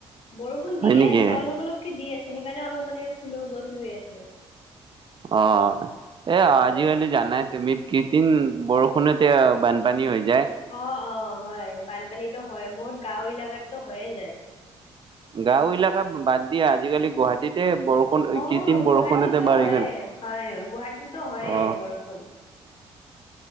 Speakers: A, on the left; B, on the right.
A: বৰষুণ
B: হয়
A: দিয়ে
B: নেকি
A: আছে অলপ অলপক দি আছে সেইকাৰণে অলপ মানে ফুলৰ গছ ৰুই আছো
B: অ এ
A: হয়
B: আজিকালি জানাই তুমি কেইদিন বৰষুণতে বানপানী হৈ যায়
A: অ অ হয় বানপানীত হয় বত গাঁও এলেকাৰাতটো হয়ে যায়
B: গাঁও এলাকা বাদ দিয়া আজিকালি গুৱাহাটীতে বৰষুণ
A: অ
B: কৃত্ৰিম বৰষুণতে
A: গুৱাহাটীতো
B: বাৰিষা
A: হয়ে হয় গুৱাহাটীটো হয়ে
B: অ
A: বৰষুণ